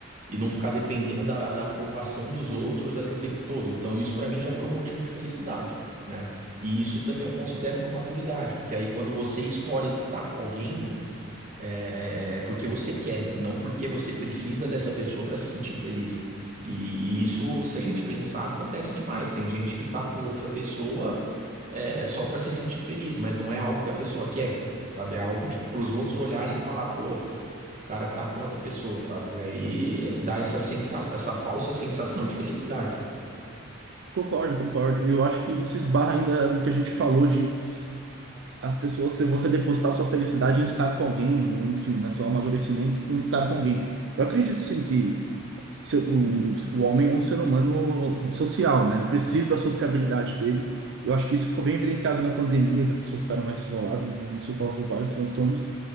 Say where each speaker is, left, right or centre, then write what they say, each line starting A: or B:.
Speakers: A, on the right (about 40°); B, on the right (about 60°).
A: e não ficar dependendo da, da aprovação dos outros ali o tempo todo. Então, isso pra mim já foi um motivo de felicidade, né? E isso também eu considero uma maturidade, porque aí quando você escolhe estar com alguém, é, é é porque você quer e não porque você precisa dessa pessoa para se sentir feliz. E, e isso, se a gente pensar, acontece demais. Tem gente que tá com outra pessoa é, só para se sentir feliz, mas não é algo que a pessoa quer, sabe? É algo tipo para os outros olharem e falar, pô, o cara tá com outra pessoa, sabe? Aí dá essa sensação, essa falsa sensação de felicidade.
B: Concordo, concordo. Eu acho que isso esbarra ainda no que a gente falou de as pessoas, se você depositar sua felicidade em estar com alguém, ou enfim, né, seu amadurecimento com estar com alguém. Eu acredito sim que se- o, o homem é um ser humano social, né? Ele precisa da sociabilidade dele. Eu acho que isso ficou bem evidenciado na pandemia, que as pessoas ficaram mais isoladas e isso causou vários transtornos.